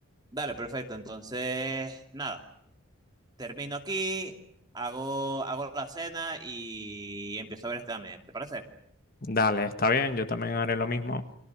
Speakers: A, on the right; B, on the left.
A: Dale, perfecto. Entonces, nada, termino aquí, hago, hago la cena y empiezo a ver este anime. ¿Te parece?
B: Dale, está bien, yo también haré lo mismo.